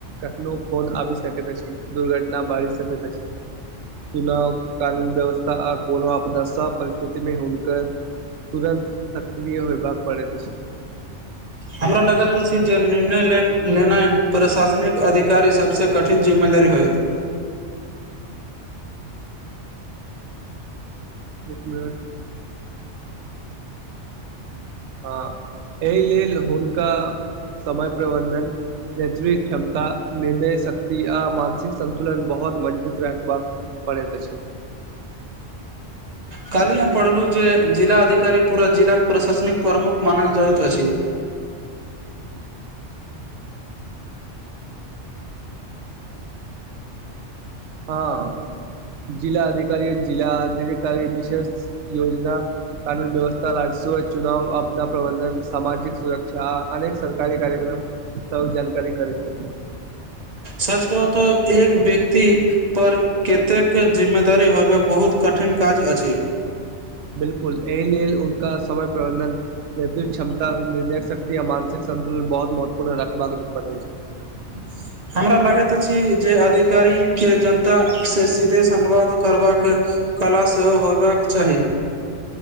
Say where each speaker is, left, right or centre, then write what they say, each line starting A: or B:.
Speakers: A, on the right (about 75°); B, on the right (about 35°).
A: कखनो फोन आबि सकैत अछि दुर्घटना बाजि सकैत अछि चुनाव कानून व्यवस्था आ कोनो आपद परिस्थिति मे हुनकर तुरन्त सक्रीय होइबाक पड़ैत अछी
B: हमरा लगैत अछि जे निर्णये लेन लेनाइ प्रशासनिक अधिकारी सबसे कठिन जिम्मेदारी होएत
A: एक मिनट हँ एहि लेल हुनका समय प्रबन्धन नेट्री क्षमता निर्णय शक्ति आ मानसिक संन्तुलन बहुत मजबूत रखबाक परैत अछी
B: काली हम पढ़लु जे जिला अधिकारी पूरा जिलाके प्रशासनिक प्रमुख मानल जाइत अछि
A: हँ जिला अधिकारी जिला अधिकारी विशेष योजना कानून व्यवस्था राजस चुनाव आपदा प्रबंधन सामाजिक सुरक्षा आ अनेक सरकारी कार्यक्रम सब जानकारी करै छथि
B: सच कहु तऽ एक व्यक्ति पर कतेक जिम्मेदारी होयबाक बहुत कठिन काज अछि
A: बिलकुल एहि लेल उनका समय प्रबंधन न क्षमता निर्णेक शक्ति आ मानसिक संन्तुलन बहुत महत्वपूर्ण रखबाक पड़ै छै
B: <inaudible> हमरा लागैत अछी जे अधिकारी के जनता से सीधे से अनुवाद करबाक कला सेहो होयबाक चाही